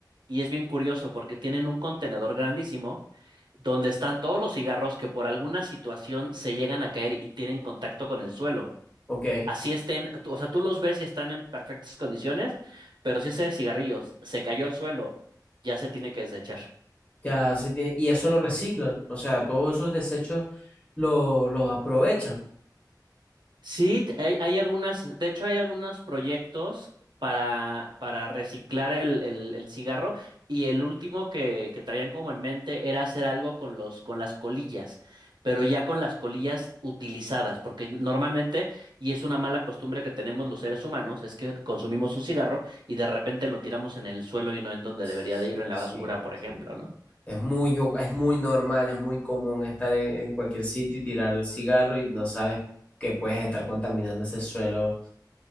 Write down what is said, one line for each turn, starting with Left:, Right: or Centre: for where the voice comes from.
Right: y es bien curioso porque tienen un contenedor grandísimo donde están todos los cigarros que por alguna situación se llegan a caer y tienen contacto con el suelo.
Left: Ok,
Right: Así estén, tú- o sea, tú los ves y están en perfectas condiciones, pero si ese cigarrillo se cayó al suelo, ya se tiene que desechar.
Left: ya se tiene. Y eso lo reciclan. O sea, todos esos desechos lo- los aprovechan.
Right: Sí, t- hay, hay algunas, de hecho hay algunos proyectos para, para reciclar el, el, el cigarro y el último que, que traían como en mente era hacer algo con los, con las colillas, pero ya con las colillas utilizadas, porque normalmente, y es una mala costumbre que tenemos los seres humanos, es que consumimos un cigarro y de repente lo tiramos en el suelo y no en donde
Left: Sí,
Right: debería de ir, o en la basura, por
Left: sí.
Right: ejemplo, ¿no?
Left: Es muy, o- es muy normal, es muy común estar en, en cualquier sitio y tirar el cigarro y no sabes que puedes estar contaminando ese suelo